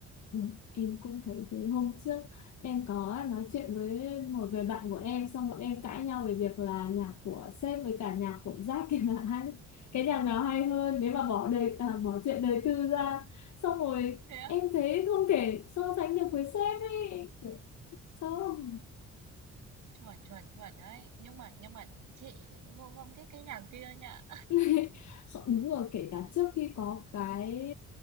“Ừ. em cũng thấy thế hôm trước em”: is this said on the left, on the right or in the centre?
Left